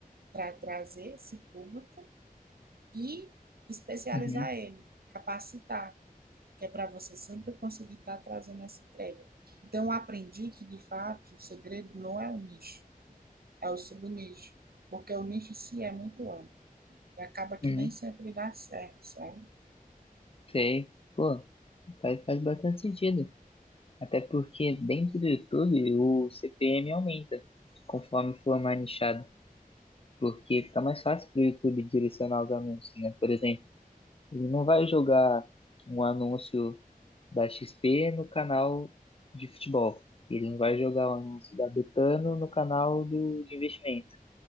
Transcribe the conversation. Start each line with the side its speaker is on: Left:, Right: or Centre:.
Right: para trazer esse público e especializar
Left: Uhum,
Right: ele, capacitar, que é para você sempre conseguir estar tá trazendo essa entrega. Então eu aprendi que de fato o segredo não é o nicho é o subnicho, porque o nicho em si é muito amplo e acaba que
Left: uhum,
Right: nem sempre dá certo, sabe?
Left: sei. Pô, faz, faz bastante sentido. Até porque dentro do YouTube o CPM aumenta conforme for mais nichado. Porque fica mais fácil pro YouTube direcionar os anúncios, né? Por exemplo, ele não vai jogar um anúncio da XP no canal de futebol. Ele não vai jogar um anúncio da Betano no canal do, de investimento.